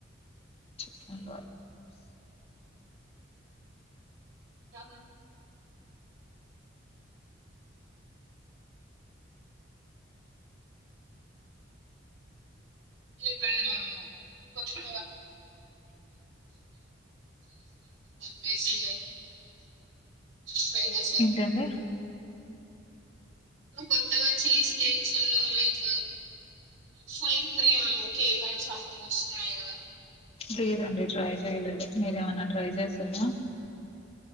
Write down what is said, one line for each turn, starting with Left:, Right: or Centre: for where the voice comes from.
Left: క వా
Right: అ ఇక్క ప వా కొ చ పసి ట్రై చేసారా
Left: ఏంటండి
Right: కొత్తగా చీజ్ కేక్స్ లల్లో like full cream cake some వస్తున్నాయి కదా.
Left: లేదండి ట్రై చేయలేదు. మీరేమన్నా ట్రై చేసారా?